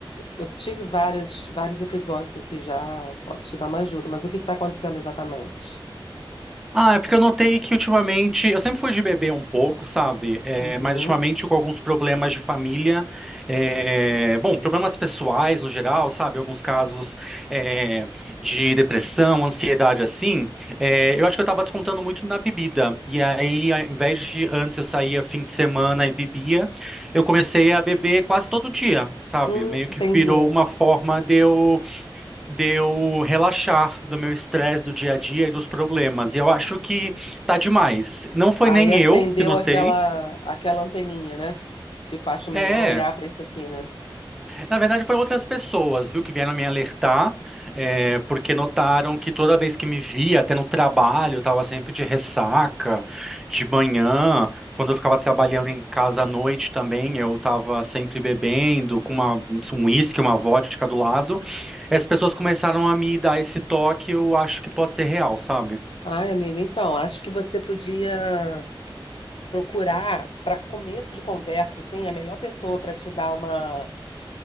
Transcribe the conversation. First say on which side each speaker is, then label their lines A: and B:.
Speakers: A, on the left; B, in the centre.
A: eu tive vários, vários episódios aqui já. Posso te dar uma ajuda, mas o que está acontecendo exatamente?
B: Ah, é porque eu notei que ultimamente, eu sempre fui de beber um pouco, sabe? É,
A: Uhum.
B: mas ultimamente com alguns problemas de família, é, bom, problemas pessoais no geral, sabe? Alguns casos é, de depressão, ansiedade assim, é, eu acho que eu tava descontando muito na bebida. E aí, ao invés de antes eu saía fim de semana e bebia, eu comecei a beber quase todo dia, sabe?
A: Hum,
B: Meio que
A: entendi.
B: virou uma forma de eu de eu relaxar do meu estresse do dia a dia e dos problemas. E eu acho que tá demais. Não foi
A: Aí
B: nem
A: acendeu
B: eu que notei.
A: aquela, aquela anteninha, né? Tipo, acho melhor
B: É,
A: olhar para isso aqui, né?
B: na verdade foram outras pessoas, viu, que vieram me alertar, é, porque notaram que toda vez que me via, até no trabalho, eu estava sempre de ressaca, de manhã, quando eu ficava trabalhando em casa à noite também, eu estava sempre bebendo, com uma, um uísque, uma vodka do lado. As pessoas começaram a me dar esse toque, eu acho que pode ser real, sabe?
A: Ai, amigo, então, acho que você podia procurar, para começo de conversa, assim, a melhor pessoa para te dar uma.